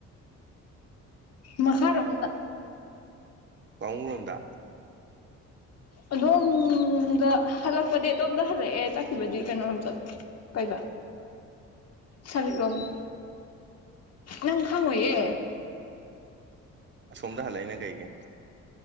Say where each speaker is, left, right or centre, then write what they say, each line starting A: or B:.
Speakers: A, on the left (about 55°); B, on the right (about 40°).
A: ꯃꯈꯥꯔꯣꯝꯗ
B: ꯋꯥꯡꯉꯨ ꯔꯣꯝꯗ
A: ꯑꯗꯣꯝꯗ ꯍꯜꯂꯛꯄꯗꯤ ꯑꯗꯣꯝꯗ ꯍꯜꯂꯛꯑꯦ ꯆꯠꯈꯤꯕꯗꯤ ꯀꯩꯅꯣꯔꯣꯝ ꯆꯠꯂꯦ ꯀꯩꯕ ꯁꯔꯤꯠ ꯂꯣꯝꯗ ꯅꯪ ꯈꯪꯉꯣꯏꯌꯦ
B: ꯑꯁꯣꯝꯗ ꯍꯜꯂꯛꯏꯅ ꯀꯩꯒꯤ